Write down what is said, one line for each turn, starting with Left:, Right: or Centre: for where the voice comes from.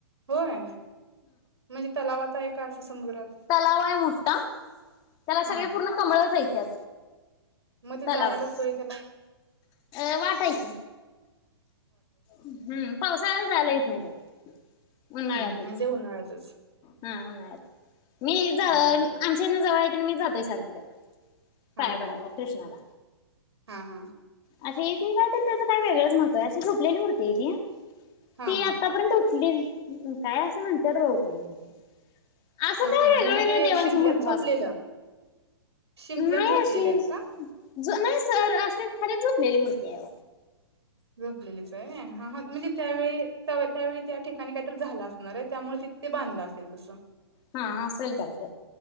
Right: होय म्हणजे तलावात हाय का असं समुद्रात
Left: तलाव आहे मोठा त्याला
Right: हा
Left: सगळे पूर्ण कमळ च्यात.
Right: मग ते
Left: चलाव
Right: जायला
Left: आहे
Right: सोय त्याला
Left: अ वाटय क हम्म पावसाळ्या झाला. इथ नाही कर उन्हाळ्यातच
Right: हम्म हम्म म्हणजे उन्हाळ्यातच
Left: हा उन्हाळ्यात मी आमच्याने
Right: हा हा
Left: जवळ मी जातोय सारखी त्याला
Right: हा
Left: पाया पडायला
Right: हा
Left: कृष्णाला
Right: हा हा
Left: अ इथे काय तर त्यां काय वेगळंच महत्व आहे अशी झोपलेली. मूर्ते इ ती
Right: हा
Left: ते
Right: हा
Left: आतापर्यंत उठली काय असं म्हणतत बा उठलेली आता असं
Right: हा
Left: काय
Right: हा म्हणजे
Left: वेगळ्या वेगळ्या
Right: ते
Left: देवांचं
Right: शिंपल्यात
Left: महत्त्व
Right: झोपलेलं
Left: असतंय
Right: शिंपल्यात
Left: नाही.
Right: झोपलेले
Left: अशी
Right: आहेत का
Left: ज नाही सर खर झोपलेली मुडते आय
Right: झोपलेलीच आहे ह म्हणजे त्यावेळी त्या त्यावेळी त्या ठिकाणी कायत झाला असणार आहे. त्यामुळे तिथे बांधलं असेल तसं
Left: हा असेल कायत